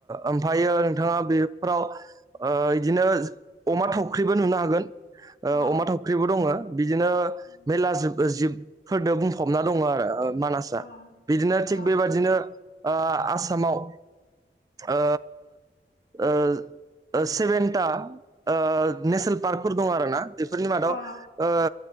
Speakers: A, on the right (about 20°); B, on the left (about 60°).
A: ओमफायो नोंथाङा बेफोराव ओ इदिनो अमा थावख्रिबो नुनो हागोन
B: अ
A: ओ अमा थावख्रिबो दङ बिदिनो
B: उम
A: मेरला जिब जिब फोरदो बुंफबना दङ आरो मानासआ
B: अ
A: बिदिनो
B: अ
A: थिग बेबादिनो ओ आसामाव ओ ओ ओ सेबेनता ओ नेसनेल पार्कफोर दं आरोना बेफोरनि मादाव
B: अ
A: ओ